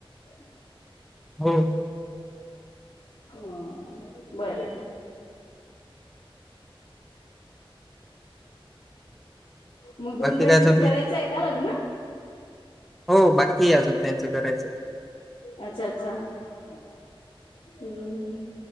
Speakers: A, on the left; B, in the centre.
A: <unintelligible>
B: हो.
A: हा बर. मग दोन
B: बाकी
A: बहिणीचं
B: काय चालू
A: करायचं आहे का लग्न
B: हो बाकी अजून त्यांचं करायचं.
A: अच्छा अच्छा हम्म हम्म.